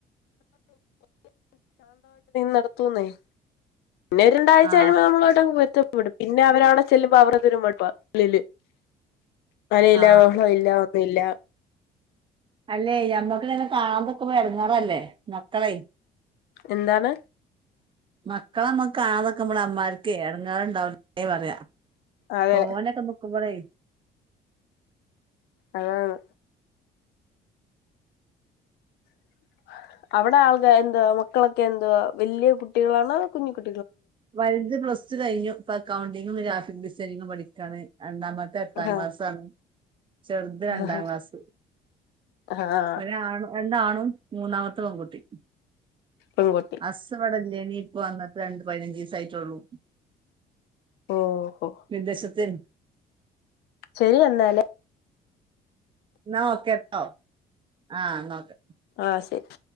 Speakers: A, on the left; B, on the right.
A: നടത്തൂന്നെ പിന്നെ രണ്ടാഴ്ച
B: ആ
A: കഴുമ്പോ നമ്മളു മായിട്ട് അങ്ങ് എത്തും <unintelligible> പിന്നെ അവരവിടെ ചെല്ലുമ്പോ അവർ <unintelligible> അലയില്ല
B: ആ
A: ബഹളോ ഇല്ല ഒന്നും ഇല്ല
B: അല്ലെയ് ഞമ്മക്ക്ങ്ങനെ കാണാതെക്കുമ്പോ ഒരടങ്ങേറല്ലേ മക്കളെയ്
A: എന്താണ്
B: മക്കളെ നമ്ക്ക് കാണാതൊക്കെ അമ്മാർക് എടങ്ങാറുണ്ടാവലേ പറയാ
A: അതെ
B: തോനെക്കെ നിക്കുമ്പളയ്
A: അതാണ് <inaudible> അവിടെ ആളെന്തുവാ മക്കളൊക്കെന്തുവാ വലിയ കുട്ടികളാണോ കുഞ്ഞു കു
B: വൽത് പ്ലസ് ടു കഴിഞ്ഞു ഇപ്പൊ അക്കൗണ്ടിങ്ങും ഗ്രാഫിക് ഡിസൈനിങ്ങും പഠിക്കാണ് രണ്ടാമത്തെ എട്ടാം
A: ആഹ്
B: ക്ലാസ്സാണ് ചെറുത് രണ്ടാം
A: ആഹ്
B: ക്ലാസ്സ്.
A: ആഹ്
B: ഒരാണ് രണ്ടാണും മൂന്നാമത്തെ പെൺകുട്ടി
A: പെൺകുട്ടി
B: ഹസ്സ് ഇവിടെല്ലേ ജിപ്പം വന്നിട്ട് പതിനഞ്ചീസായിട്ടൊള്ളൂ
A: ഓഹോ
B: വിദേശതെ
A: ശരി എന്നാല്
B: ന്നാ ഒക്കെ ട്ടോ ആ ന്നാ ഒക്കെ
A: ആ ശരി